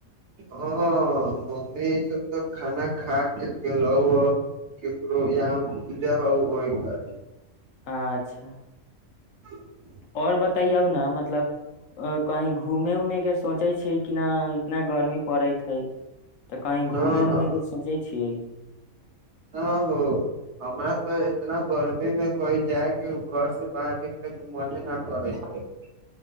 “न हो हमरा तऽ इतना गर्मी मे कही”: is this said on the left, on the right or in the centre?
Right